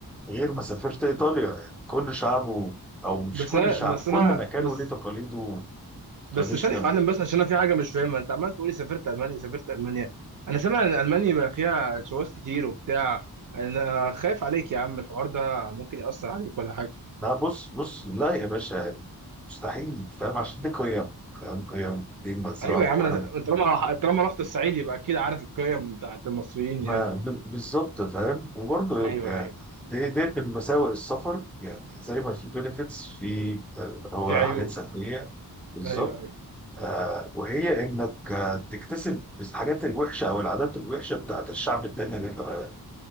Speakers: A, in the centre; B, on the right.
A: غير ما سافرت ايطاليا يعني كل شعبه او مش
B: بس
A: كل
B: انا
A: شعب
B: بس
A: كل
B: انا
A: مكان
B: بس
A: وليه تقاليده
B: بس
A: تراديشنال
B: ثانيه يا معلم بس عشان انا في حاجه مش فاهمها انت عمال تقولي سافرت المانيا سافرت المانيا انا سامع ان المانيا بقى فيها شواذ كتير وبتاع انا خايف عليك يا عم الحوار ده ممكن ياثر عليك ولا حاجه
A: ده بص بص لا يا باشا يعني مستحيل فاهم عشان دي قيم فاهم قيم دي مزروعه
B: ايوه يا
A: جوانا
B: عم أنا
A: من-
B: طالما طالما رحت الصعيد يبقى اكيد عارف القيم بتاعت المصريين
A: ما
B: يعني
A: ب- بالظبط فاهم وبرضه
B: ايوه
A: يعني
B: ايوه
A: دي- ديت من مساوئ السفر يعني زي ما في بنفيتس في آه، اللي هو
B: في عيوب
A: حاجات سلبية بالظبط
B: ايوه ايوه
A: آه وهي انك آه، تكتسب الحاجات الوحشة او العادات الوحشة بتاعت الشعب التاني اللي انت رايح له.